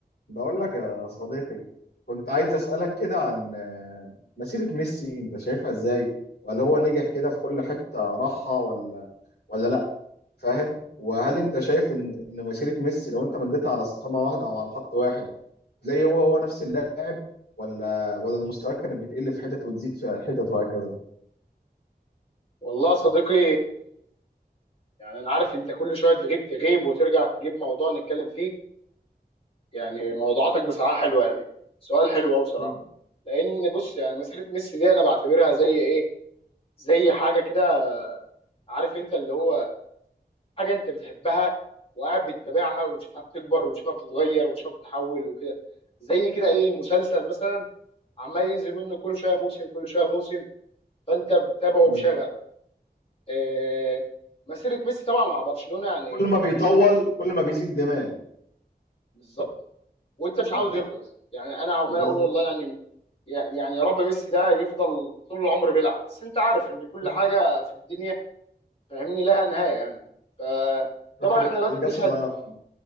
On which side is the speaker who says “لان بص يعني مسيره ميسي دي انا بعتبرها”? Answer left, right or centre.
Left